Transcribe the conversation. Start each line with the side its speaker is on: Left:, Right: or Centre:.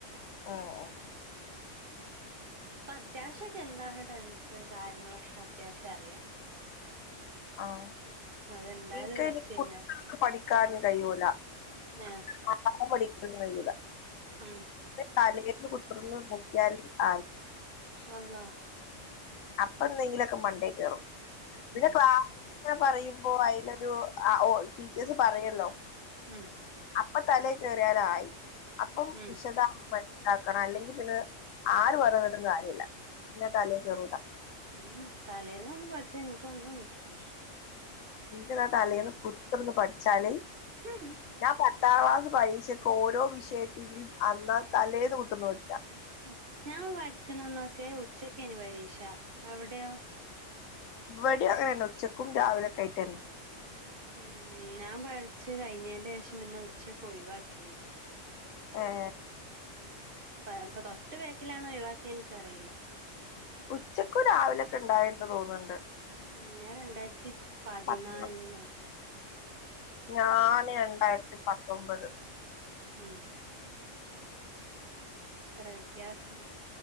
Left: ആഹ് ആഹ്.
Right: ഇപ്പത്യാവശ്യൊക്കെ എന്താണ് ടെൻസ് കാര്യങ്ങളൊക്കത്യാവിശ്യറിയ. അറിയാ
Left: ആഹ്.
Right: അത്ണ്ടായത്
Left: ഇൻക്കയ്ന്
Right: പ്ലസ് ടു കഴിഞ്ഞാരെ
Left: കുത്തിര്ന്ന് പഠിക്കാൻ കയ്യൂല.
Right: ആഹ്
Left: <unintelligible> പഠിക്കാൻ കയ്യൂല.
Right: ഉം
Left: തലേന്ന് കുത്തിർന്ന് പഠിക്കാൻ ആയി.
Right: അളളാഹ്
Left: അപ്പന്തെങ്കിലൊക്കെ മണ്ടേ കേറും. പിന്നെ
Right: ഉം
Left: ക്ലാ ങ്ങനെ പറയുമ്പോ അയ്ലൊരു അ ഒ ടീച്ചേഴ്സ് പറയെല്ലോ
Right: ഉം
Left: അപ്പ തലേ കേറിയാലായി. അപ്പം
Right: ഉം
Left: വിശദ <unintelligible> ക്കണം അല്ലെങ്കി പിന്നെ ആര് പറഞ്ഞെന്ന്ട്ടും കാര്യല്ല, ഇൻ്റെ തലേ കേറൂല.
Right: ഉം തലേന്നൊന്നും പഠ്ച്ചാ ഇൻക്കൊന്നും കിട്ടൂല.
Left: ഇൻക്ക്ന്നാ തലേന്ന് കുത്ത്ർന്ന് പഠ്ച്ചാല്
Right: ഉ ഹും.
Left: ഞാൻ പത്താം ക്ലാസ് പരീക്ഷക്ക്- ഓരോ വിഷയത്തിനും, അന്നാന്ന് തലേന്ന് കുത്തർന്ന് പഠിച്ചാ-
Right: ഉം, ഞാൻ പഠിച്ചണന്നൊക്കെ- ഉച്ചക്കേനി പരീക്ഷ. അവിടെയോ?
Left: ഇവടിം അങ്ങനെന്നെ, ഉച്ചക്കും- രാവിലൊക്കെ ആയിട്ടെന്നെ-
Right: ഉം ഞാൻ പഠിച്ച് കഴിഞ്ഞേന്റെ- ശേഷം പിന്നെ ഉച്ചക്ക്- ഒഴിവാക്കിണ്.
Left: ഹേ,
Right: ഉം.., ഇപ്പ, ഇപ്പോ തൊട്ട്- ബേക്കിലാണോ ഒഴിവാക്കി- ഇൻക്കറിയില്ല.
Left: ഉച്ചക്കും, രാവിലൊക്കെ ഉണ്ടായിന്ന്- തോന്ന്ണ്ട്.
Right: ഉം ഞാൻ രണ്ടായിരത്തി- പതിനാലിലങ്ങാണ്.
Left: പത്താം
Right: ഉം,
Left: ഞാന് രണ്ടായിരത്തി- പത്തൊമ്പത്,
Right: ഉം..., എത്ര വ്യത്യാസം.